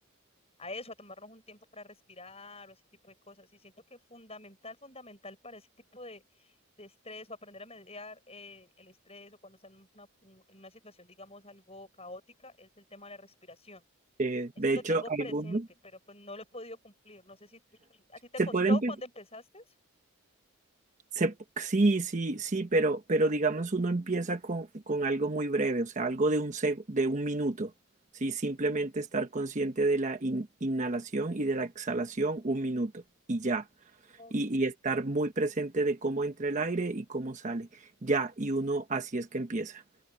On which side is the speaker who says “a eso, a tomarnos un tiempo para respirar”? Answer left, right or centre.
Left